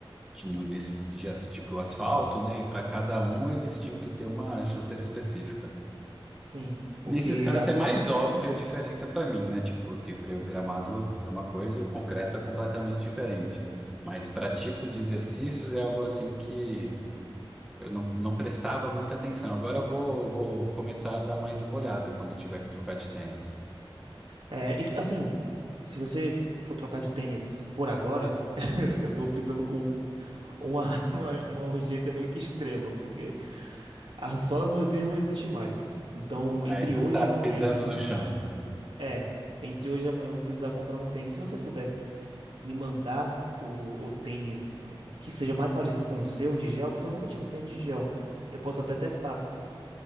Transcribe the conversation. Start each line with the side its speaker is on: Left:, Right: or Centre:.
Centre: de- no- nesses dias as- tipo asfalto, né? E para cada um eles tinham que ter uma chuteira específica.
Right: Sim, porque
Centre: Nesses casos
Right: afeta.
Centre: é mais óbvia a diferença para mim, né? Tipo, porque para o gramado é uma coisa e o concreto é completamente diferente. Mas para tipo de exercícios é algo assim que eu não, não prestava muita atenção. Agora eu vou, vou começar a dar mais uma olhada quando eu tiver que trocar de tênis.
Right: É, e se- assim, se você for trocar de tênis por agora, <laughs> eu tô precisando com uma, <laughs> uma, uma urgência meio que extrema, porque a sola do meu tênis não existe mais. Então,
Centre: Aí
Right: entre
Centre: você
Right: hoje
Centre: tá
Right: e
Centre: pisando
Right: amanhã,
Centre: no chão.
Right: é, entre hoje e amanhã eu vou precisar comprar um tênis. Se você puder me mandar o, o tênis que seja mais parecido com o seu de gel, porque eu nunca tive um tênis de gel. Eu posso até testar.